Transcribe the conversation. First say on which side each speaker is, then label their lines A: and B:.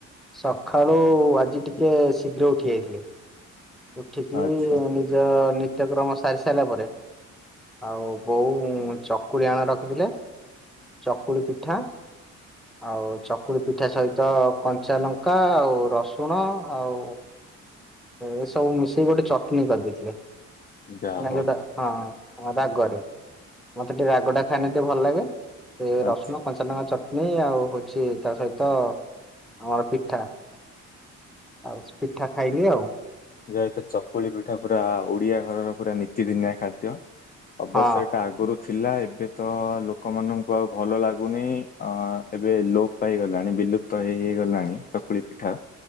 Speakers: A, in the centre; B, on the left.
A: ସକାଳୁ ଆଜି ଟିକେ ଶୀଘ୍ର ଉଠି ଯାଇଥିଲେ ଉଠିକି
B: ଆଚ୍ଛା
A: ନିଜ ନିତ୍ୟକ୍ରମ ସାରି ସାରିଲା ପରେ ଆଉ ବୋଉ ଚକୁଳି ଆଣ ରଖିଥିଲେ ଚକୁଳି ପିଠା ଆଉ ଚକୁଳି ପିଠା ସହିତ କଞ୍ଚା ଲଙ୍କା ଆଉ ରସୁଣ ଆଉ ଏ ସବୁ ମିସେଇକି ଗୋଟେ ଚଟ୍ନି କରିଦେଇଥିଲେ।
B: ଯାହା
A: ନେ
B: ହଉ
A: ଯୋଉଟା ହଁ ରାଗରେ ମତେ ଟିକେ ରାଗ ଟା ଖାଇଲେ ଟିକେ ଭଲ ଲାଗେ। ଏ
B: ଆଚ୍ଛା।
A: ରସୁଣ କଞ୍ଚ ଞ୍ଚ ନକା ଚଟ୍ନି ଆଉ ହଉଛି। ତା ସହିତ କମର ପିଠା। ଆଉ ପିଠା ଖାଇଲି ଆଉ
B: <unintelligible> ଚକୁଳି ପିଠା ପୁରା ଓଡିଆ ଘରର ପୁରା ନୀତିଦିନିଆ ଖାଦ୍ୟ ଅବଶ୍ୟ
A: ହଁ
B: ଏଇଟା ଆଗୁରୁ ଥିଲା ଏବେ ତ ଲୋକମାନଙ୍କୁ ଆଉ ଭଲ ଲାଗୁନି ଅ ଏବେ ଲୋପ ପାଇଗଲାଣି। ବିଲୁପ ତ ହେଇ ହେଇଗଲାଣି ଚକୁଳି ପିଠା।